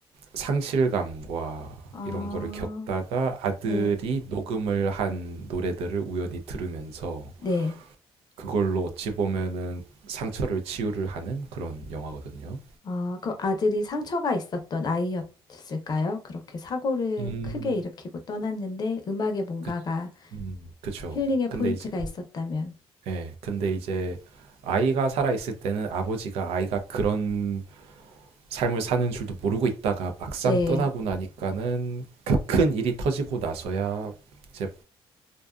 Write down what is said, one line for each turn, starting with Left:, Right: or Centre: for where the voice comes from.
Right: 상실감과
Left: 아,
Right: 이런 거를 겪다가 아들이
Left: 네.
Right: 녹음을 한 노래들을 우연히 들으면서
Left: 네.
Right: 그걸로 어찌 보면은 상처를 치유를 하는 그런 영화거든요.
Left: 아, 그럼 아들이 상처가 있었던 아이였을까요? 그렇게 사고를
Right: 음,
Left: 크게 일으키고 떠났는데 음악에 뭔가가
Right: 그, 음, 그쵸.
Left: 힐링의
Right: 근데
Left: 포인트가
Right: 이제,
Left: 있었다면.
Right: 예, 근데 이제 아이가 살아있을 때는 아버지가 아이가 그런 삶을 사는 줄도 모르고 있다가 막상
Left: 네,
Right: 떠나고 나니까는 그 큰 일이 터지고 나서야 이제